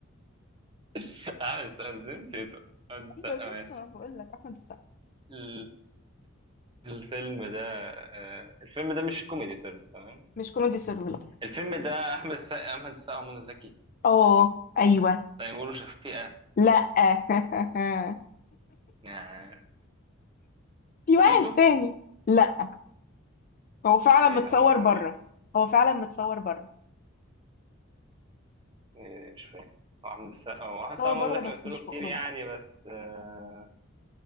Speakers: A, on the right; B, on the left.
A: <laughs> احمد السقا ازاي نسيته احمد السقا
B: ايوه شفت
A: ماشي
B: ما انا بقول لك احمد السقا
A: ال- الفيلم ده آه، الفيلم ده مش كوميدي سر تمام
B: مش كوميدي سيرفر
A: الفيلم ده احمد السقا احمد السقا ومنى زكي
B: اه ايوه
A: تيمور وشفيقة آه،
B: لا <laughs>
A: يعني
B: في واحد
A: تيتو
B: تاني لا هو فعلا
A: ايه
B: متصور
A: ده هم
B: بره
A: عمرو
B: هو فعلا متصور بره
A: إيه، مش فاهم هو احمد السقا هو
B: متصور
A: احمد السقا ومنى
B: بره
A: زكي
B: بس
A: مثلوا
B: مش
A: كتير
B: في اوروبا
A: يعني بس آه،